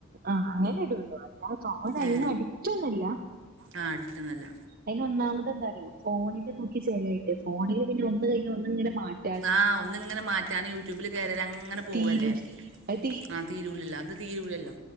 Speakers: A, on the right (about 45°); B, on the right (about 60°).
A: ആഹ് അങ്ങനെ ഇടുള്ളൂ അല്ല തോന അയിന്
B: ഏ
A: അഡിക്റ്റ് ഒന്നല്ല
B: ആ അടിച്ചെന്നല്ല
A: അതിന് ഒന്നാമത് എന്താറിയോ ഫോണില് നോക്കി ചെലായിട്ട് ഫോണില് പിന്നെ ഒന്ന് കഴിഞ്ഞ ഒന്ന് ഇങ്ങനെ മാറ്റ
B: ആഹ് ഒന്ന് ഇങ്ങനെ മാറ്റാൻ യൂട്യൂബില് കയറിയാല് അങ്ങനെ പോവല്ലേ
A: തീരൂ അത്
B: ആ തീരൂലല്ലോ അത് തീരൂലല്ലോ